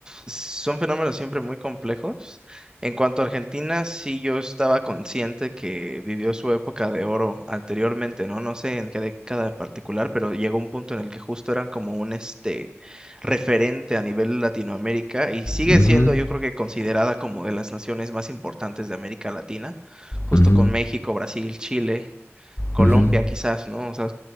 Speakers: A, on the right; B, on the left.
A: son fenómenos siempre muy complejos. En cuanto a Argentina, sí yo estaba consciente que vivió su época de oro anteriormente, ¿no? No sé en qué década en particular, pero llegó un punto en el que justo eran como un este referente a nivel Latinoamérica y sigue
B: Ujú,
A: siendo, yo creo que considerada como de las naciones más importantes de América Latina, justo
B: ujú,
A: con México, Brasil, Chile, Colombia
B: ujú.
A: quizás, ¿no? O sea,